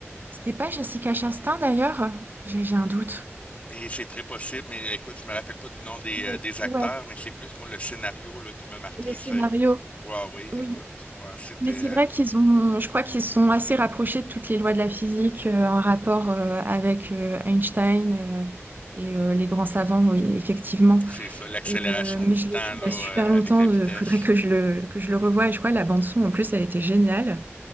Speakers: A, on the right; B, on the left.
A: c'était pas Jessica Chastain d'ailleurs? J'ai j'ai un doute.
B: Et c'est très possible, mais écoute, je me rappelle pas du nom des,
A: Mais
B: euh, des acteurs,
A: ouais,
B: mais c'est plus moi le scénario là, qui m'a marqué.
A: le scénario.
B: C'est ouais, oui,
A: Oui.
B: écoute, ouais, c'était
A: Mais c'est vrai
B: euh,
A: qu'ils ont, je crois qu'ils sont assez rapprochés de toutes les lois de la physique euh, en rapport euh, avec euh, Einstein euh, et euh, les grands savants, oui, effectivement.
B: c'est ça, l'accélération
A: Et, euh, mais
B: du
A: je
B: temps
A: l'ai vu
B: là,
A: il
B: euh,
A: y a super longtemps,
B: avec la vitesse.
A: il <laughs> faudrait que je le, que je le revoie. Et je crois que la bande-son, en plus, elle était géniale.